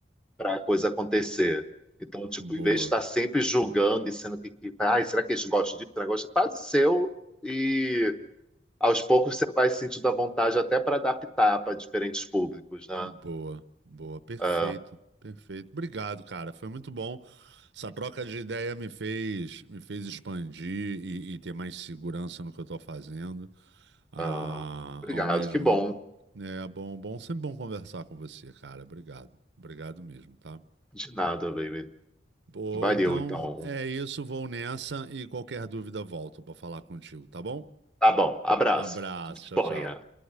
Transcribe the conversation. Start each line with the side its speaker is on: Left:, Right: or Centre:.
Centre: para a coisa acontecer. Então, tipo,
Right: Boa.
Centre: em vez de estar sempre julgando e sendo que, que ai, será que eles gostam disso? negócio que Faz o seu e aos poucos você vai sentindo a vontade até para adaptar para diferentes públicos,
Right: Boa,
Centre: né?
Right: boa, perfeito,
Centre: Ah,
Right: perfeito. Obrigado, cara. Foi muito bom. Essa troca de ideia me fez, me fez expandir e, e ter mais segurança no que eu tô fazendo. Ah,
Centre: Ah, obrigado,
Right: ao mesmo,
Centre: que bom.
Right: né, é bom, bom, sempre bom conversar com você, cara. Obrigado, obrigado mesmo, tá?
Centre: De nada, baby.
Right: Boa,
Centre: Valeu,
Right: então
Centre: então.
Right: é isso. Vou nessa e qualquer dúvida volto para falar contigo, tá bom?
Centre: Tá bom, abraço.
Right: Um abraço,
Centre: Disponha.
Right: tchau, tchau.